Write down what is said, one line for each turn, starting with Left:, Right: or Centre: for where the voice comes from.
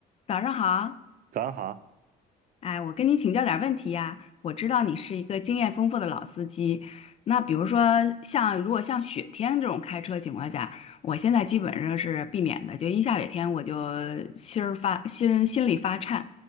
Left: 早上好，
Right: 早上好。
Left: 哎，我跟你请教点儿问题呀。我知道你是一个经验丰富的老司机，那比如说像如果像雪天这种开车情况下，我现在基本上是避免的，就一下雪天我就心儿发心心里发颤。